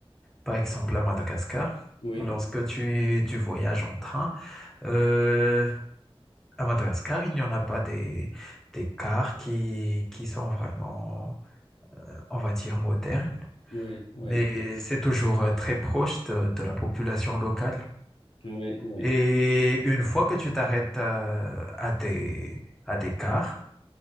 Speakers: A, in the centre; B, on the left.
A: Par exemple, à Madagascar,
B: Oui,
A: lorsque tu, tu voyages en train, euh, à Madagascar, il n'y en a pas des, des cars qui, qui sont vraiment, on va dire, modernes,
B: oui, oui,
A: mais c'est toujours euh, très proche de, de la population locale.
B: oui,
A: Et une fois que tu t'arrêtes euh, à, des, à des cars,